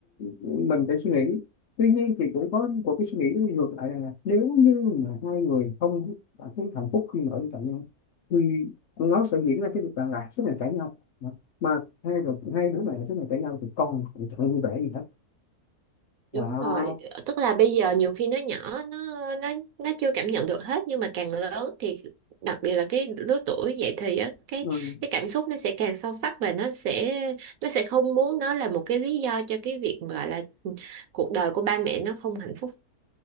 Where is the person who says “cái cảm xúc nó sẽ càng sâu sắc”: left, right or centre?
Right